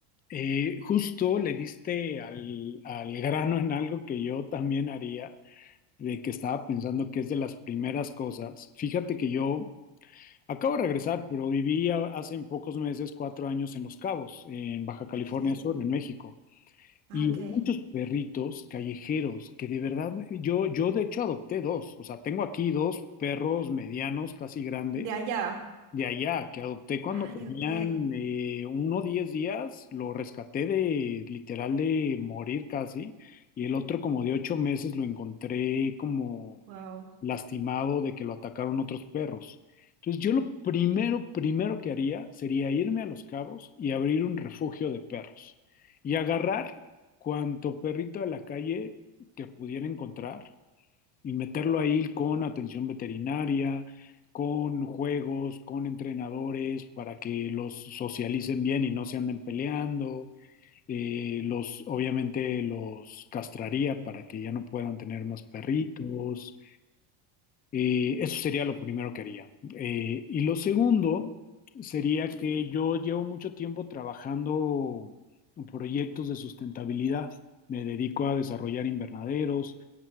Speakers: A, on the left (about 20°); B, on the right (about 75°).
A: eh, justo le diste al, al grano en algo que yo también haría, de que estaba pensando que es de las primeras cosas. Fíjate que yo Acabo de regresar, pero viví a- hace pocos meses, cuatro años, en Los Cabos, en Baja California
B: Sí.
A: Sur, en México.
B: Ah,
A: Y
B: ok.
A: hay muchos perritos callejeros que de verdad, yo, yo de hecho adopté dos. O sea, tengo aquí dos perros medianos, casi grandes,
B: De allá.
A: de allá, que adopté cuando
B: Ay,
A: tenían
B: ok.
A: eh, uno 10 días, lo rescaté de literal de morir casi, y el otro como de ocho meses lo encontré como
B: Wow.
A: lastimado de que lo atacaron otros perros. Entonces yo lo primero, primero que haría sería irme a Los Cabos y abrir un refugio de perros y agarrar cuanto perrito de la calle que pudiera encontrar y meterlo ahí con atención veterinaria, con juegos, con entrenadores para que los socialicen bien y no se anden peleando. Eh, los, obviamente los castraría para que ya no puedan tener más perritos. Eh, eso sería lo primero que haría. Eh, y lo segundo sería que yo llevo mucho tiempo trabajando en proyectos de sustentabilidad. Me dedico a desarrollar invernaderos,